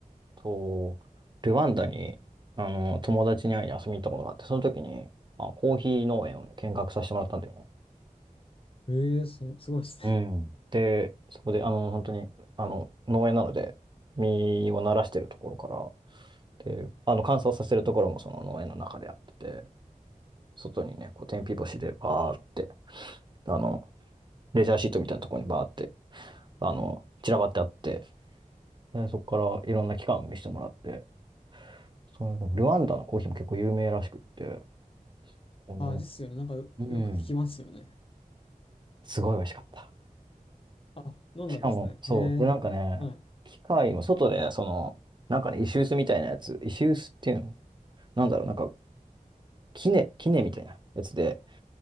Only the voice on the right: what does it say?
と、ルワンダに、あの、友達に会いに遊びに行ったことがあって、その時に、あ、コーヒー農園をね、見学させてもらったんだよね。
うん。で、そこで、あの、本当に、あの、農園なので、実をならしてるところから、で、あの、乾燥させるところもその農園の中でやってて、外にね、こう、天日干しでバーって、あの、レジャーシートみたいなところにバーって、あの、散らばってあって、で、そこからいろんな機関を見せてもらって、そういうの、ルワンダのコーヒーも結構有名らしくって、この、
うん。すごい美味しかった。
しかも、そう。
で、なんかね、
機械も外で、その、なんかね、石臼みたいなやつ、石臼っていうの、なんだろう、なんか、杵、杵みたいなやつで、